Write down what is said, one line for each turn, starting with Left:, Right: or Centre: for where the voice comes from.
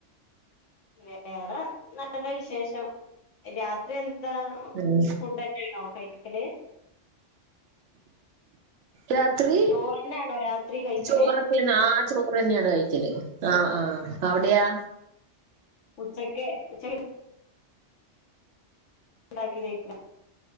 Left: വേറെ നല്ല വിശേഷം രാത്രി എ ന്ത
Right: ഉം
Left: ഫുഡെന്നെ ആണോ കൈക്കല്.
Right: രാത്രി
Left: ചോറ്ന്നെയാണോ രാത്രി കഴിക്കല്
Right: ചോറൊക്കാണോ ആ ചോ റെന്നെയാണ് കഴിക്കല്. ആഹ് ആഹ് അവിടെയാ
Left: ഉച്ചക്കെ ഉച്ചയ്ക്കെ ഇണ്ടാക്കിയതേക്കും.